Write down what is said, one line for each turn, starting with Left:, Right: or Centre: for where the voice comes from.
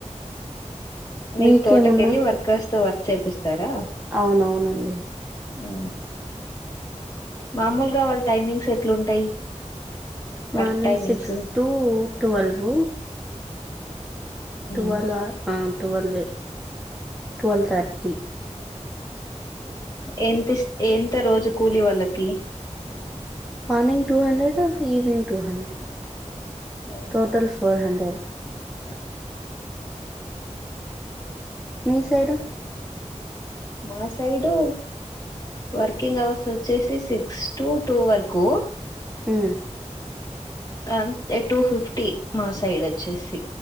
Left: మీ
Centre: మీకేమన్నా
Left: తోటకెళ్ళి వర్క్ వస్త వర్క్ చేపిస్ సరా
Centre: అవునవునండి
Left: ఊ మామూలుగా వాళ్ళ టైమింగ్స్ ఎట్లుంటాయి work
Centre: morning
Left: timings
Centre: six to twelve
Left: um.
Centre: టువ్వలా ఆ టువల్వే ట్వల్ థట్టి
Left: ఎంతిస్ ఎంత రోజు కూలి వాళ్ళకీ
Centre: morning two hundred, evening two hundred,
Left: um.
Centre: Total four hundred.
Left: <unintelligible>
Centre: మీ సైడు
Left: మా సైడూ వర్కింగ్ అవర్స్ వచ్చేసి సిక్స్ టూ టూ వరకూ
Centre: ఊ
Left: అంతె టూ ఫిఫ్టీ మా సైడ్ ఒచ్చేసి